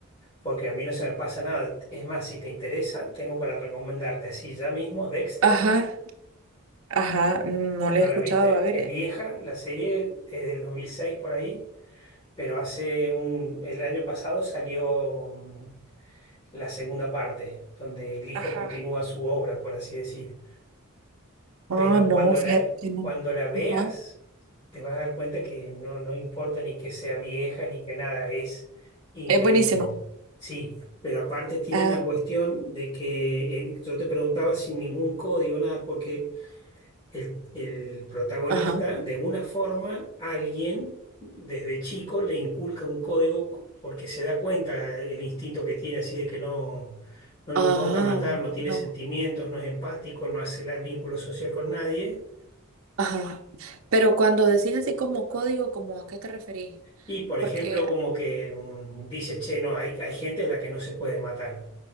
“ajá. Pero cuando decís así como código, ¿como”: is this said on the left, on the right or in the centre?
Right